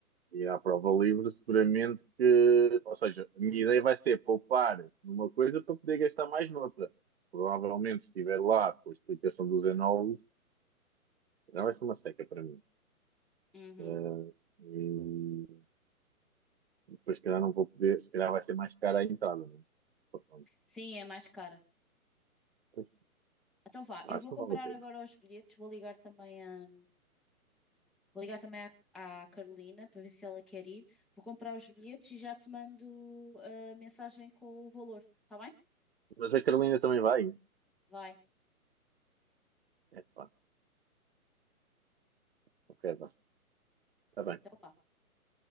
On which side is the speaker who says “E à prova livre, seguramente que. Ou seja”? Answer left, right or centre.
Right